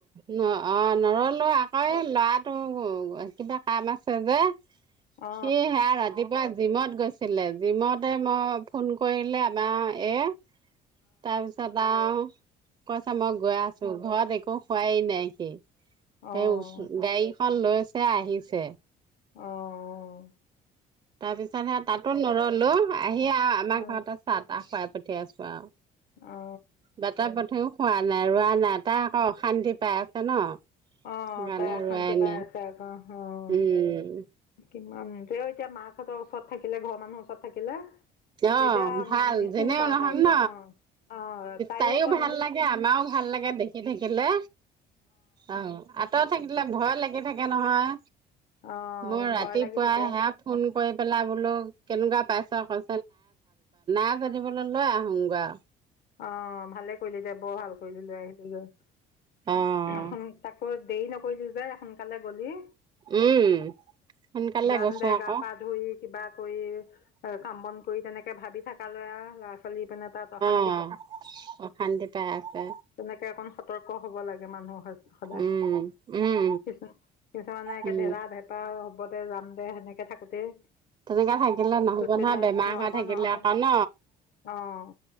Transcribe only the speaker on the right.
ন অ', নৰলো আ অ', এই ল'ৰাটো কিবা কাম আছে যে,
সি সেয়া ৰাতি পুৱা জিমত গৈছিলে। জিমতে মই ফোন কৰিলে আমাৰ এই। তাৰপিছত আৰু কৈছে মই গৈ আছো। ঘৰত একো খোৱাই নাই সি। সেই
ওচ, গাড়ীখন লৈছে আহিছে।
তাৰ পিছত সে তাতো নৰলো, আহি আৰু আমাৰ
ঘৰত আ চাহ তাহ খুৱাই পঠিইয়াছো আও।
বাতে পথেও খোৱা নাই, ৰোৱা নাই তাই আকৌ অশান্তি পাই আছে ন।
সেইকাৰণে
ৰোৱাই
নাই
উম।
অঁ,
ভাল
যেনেও নহক
ন,
তাইও
ভাল লাগে আমাও ভাল লাগে দেখি। সি থাকিলে অঁ আঁতৰত থাকিলে ভয় লাগি থাকে নহয়।
মই ৰাতিপুৱাই
সেইয়া ফোন কৰি পেলাই বোলো কেনেকুৱা পাইছ কোন তাকে দিবলৈ লৈ আহোংগৈ আও।
অ',
উম, সোনকালে
গৈছো
আকৌ
অঁ, অশান্তি পাই আছে।
উম, উম,
উম।
তেনেকা থাকিলে নহব
নহয়, বেমাৰ
হৈ থাকিলে
আকৌ ন।